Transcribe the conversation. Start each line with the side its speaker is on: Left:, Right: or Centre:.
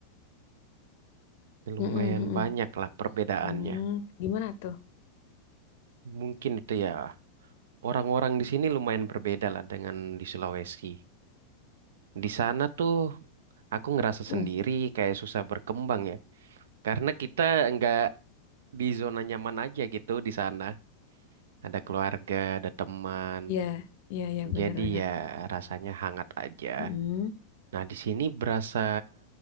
Right: Lumayan
Left: mm-mm, mm-mm.
Right: banyak lah perbedaannya.
Left: Hmm, gimana tuh?
Right: Mungkin itu ya, orang-orang di sini lumayan berbeda lah dengan di Sulawesi. Di sana tuh aku ngerasa
Left: Hmm,
Right: sendiri kayak susah berkembang ya. Karena kita nggak di zona nyaman aja gitu di sana. Ada keluarga, ada teman.
Left: iya, iya, iya, benar-benar.
Right: Jadi ya rasanya hangat aja.
Left: Hmm,
Right: Nah di sini berasa